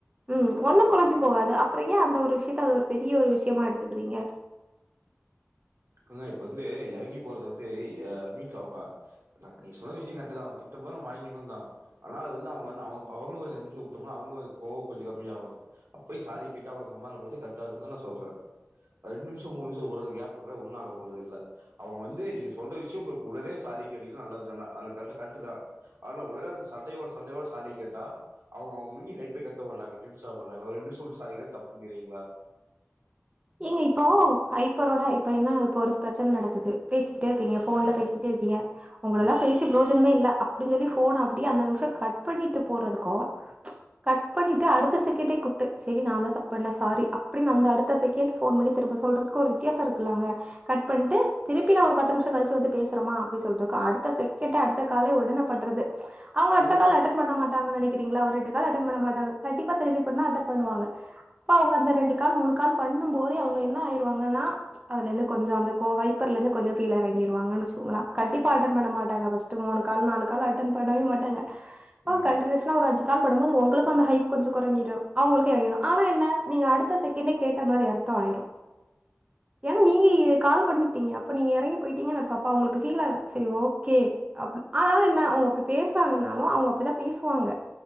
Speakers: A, on the right; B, on the right.
A: ம் ஒண்ணு கொறஞ்சு போகாது அப்ற ஏன் அந்த ஒரு விஷ்யத்த அது ஒரு பெரிய ஒரு விஷ்யமா எடுத்துக்குறீங்க
B: ன்ன இப்ப வந்து எறங்கி போறது வந்து ஏன் வீட்ல அவங்க நா நீ சொன்ன விஷ்யு கர்ட்டுதா அவ திட்டு மோது நம்மு வாங்கின்னு தா ஆனா அது வந்து அவுங்க வந்து அவுங் அவுங்ககொஞ் அஞ்நிம்ஷோ உட்ருனு அவுங்குளு ஒரு கோவுகொஞ்சு கம்மியாகு அப்பயு சாரி கேட்டு அவுங்க சமானப்படுத்தி கர்ட்டா இருக்குன்தா நா சொல்ற ரெண் நிம்ஷோ மூன்நிம் ட்டு ஓரத கேப்புல்ல ஒண் ஆகபோறதுல்ல அவுங்க வந்து நீங்க சொல்ற விஷ்யோ உங்கள்க் உடனே சாரி கேட்டீங்னா நல்லது நல்லா அதுனா கர்ட்டு கர்ட்டுதா அதுல உடனே அது சண்டையோட சண்டேவா சாரி கேட்டா அவுங்க உள்ளி ஹைட்வெய்ட்டாத்தா பண்ணாங்க டெண்ஷனா பண்ணாங்க அதா வேணுனே சொல்ட்டு சாரி கேட் தப்புகிறீங்ளா
A: ஏங்க இப்போ ஹய்ப்பரோட இப்ப என்ன இப்போ ஒரு பிரச்சன் நடக்குது பேசிகிட்டேருக்கீங்க ஃபோன்ல பேசிட்டேருக்கீங்க உங்களலா
B: ம்.
A: பேசி ப்ரோஜனமே இல்ல அப்டின் சொல்லி ஃபோன அப்டியே அந்த நிம்ஷோ கட் பண்ணிட்டு போறதுக்கூ கட் பண்ணிட்டு அடுத்த செக்கண்டே கூப்ட்டு செரி நா தா தப்பண்ண சாரி அப்பிடின் அந்த அடுத் த செக்கெண்ட் ஃபோன் பண்ணி திரும்ப சொல்றதுக்கு ஒரு வித்தியாச இருக்குலங்க கட் பண்ட்டு திருப்பி நா ஒரு பத்து நிம்ஷோ கழிச்சு வந்து பேசுறமா அப்டி சொல்றக்கு அடுத்த செக்கெண்ட்டே அடுத்த காலே ஒடன பண்றது அவங்க அடுத்த
B: அதுதாங்க
A: கால் அட்டன் பண்ண மாட்டாங்க நெனைக் க்குறீங்ளா ஒரு ரெண்டு கால் அட்டன் பண்ண மாட்டாங்க கண்டிப்பா திரும்பி பண்ணா அட்டன் பண்ணுவாங்க ப்பா அவுங்க அந்த ரெண்டு கால் மூணு கால் பண்ணும் போதே அவுங்க என்ன ஆய்ருவாங்கனா ம்ச் அதுலந்து கொஞ்ச அந்த கோவ ஹய் ப்பர்லருந்து கொஞ்ச கீழ எறங்கிடுவாங்குகனு வச்சிகொங்ளா கண்டிப்பா அட்டன் பண்ண மாட்டாங்க ஃபஸ்ட் மூணு கால் நாலு கால் அட்டன் பண்ணவே மாட்டாங்க ஆ
B: ம்.
A: கண்டினியூஸ்னா ஒரு அஞ் கால் பண்ணுபோது உங்களுக்கும் அந்த ஹைப் கொஞ்ச கொறைச்சிடு அவங்களுக்கு இறங்கிடு ஆனா என்ன நீங்க அடுத்த செகண்டே கேட் ட்ட மாரி அர்த்த ஆயிடு ஏன்னா நீங்க கால் பண்ணி டிங்க அப்ப நீங்க இறங்கி போயிட்டீங்கனு அர்த்த அப்ப அவங்களுக்கு ஃபீல் ஆயிரு சரி ஓகே அப் ஆனா என்ன அங்க போய் பேச ங்கனாலு அவங்க அப்படிதா பேசுவாங்க